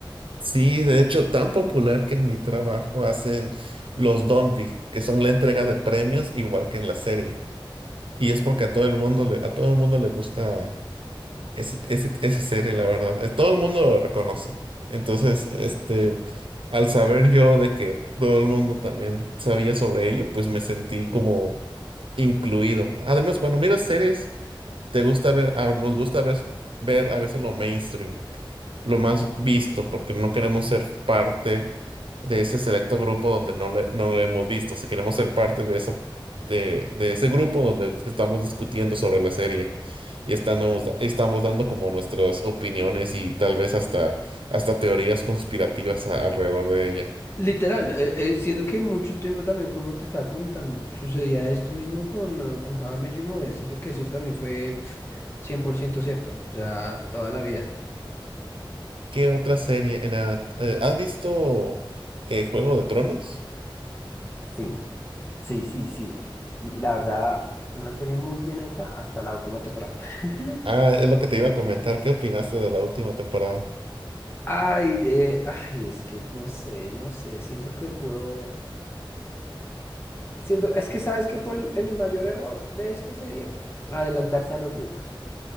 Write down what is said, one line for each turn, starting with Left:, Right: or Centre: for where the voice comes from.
Right: Sí, de hecho, tan popular que en mi trabajo hacen los Dondi, que son la entrega de premios igual que en la serie. Y es porque a todo el mundo le, a todo el mundo le gusta Ese- ese- esa serie, la verdad, eh, todo el mundo lo reconoce. Entonces, este, al saber yo de que todo el mundo también sabía sobre ello, pues me sentí como incluido. Además, cuando miras series, te gusta ver, ah, nos gusta a veces ver a veces lo mainstream, lo más visto, porque no queremos ser parte de ese selecto grupo donde no le, no lo hemos visto. Si queremos ser parte de esa, de, de ese grupo donde estamos discutiendo sobre la serie y estamos, da- estamos dando como nuestras opiniones y tal vez hasta, hasta teorías conspirativas a- alrededor de ella.
Left: Literal, eh, eh, siento que mucho tiempo también, como te estaba comentando, sucedía esto mismo con, eh, con How I Met Your Mother. Siento que eso también fue pf, 100% cierto, o sea, toda la vida.
Right: ¿Qué otra serie? En la- eh, ¿has visto eh, Juego de Tronos?
Left: Sí, sí, sí, sí. Mm, La verdad, una serie muy bien hecha hasta la última temporada. <laughs>
Right: Ah, es lo que te iba a comentar. ¿Qué opinaste de la última temporada?
Left: Ay, eh, ay, es que no sé, no sé, siento que pudo, siento, es que ¿sabes qué fue el, el mayor error de esta serie? Adelantarse a los libros,